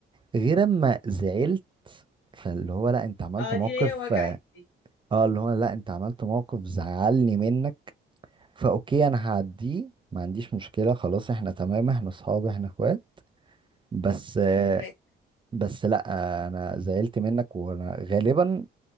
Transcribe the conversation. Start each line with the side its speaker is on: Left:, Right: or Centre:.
Right: غير اما زعلت فاللي هو لا انت عملت
Left: اه
Right: موقف
Left: دي هي وجعت
Right: اه
Left: دي
Right: اللي هو لا انت عملت موقف زعلني منك فاوكي انا هعديه ما عنديش مشكلة خلاص احنا تمام احنا اصحاب احنا اخوات بس آه،
Left: فاهماك
Right: بس لا آه، انا زعلت منك وانا غالبا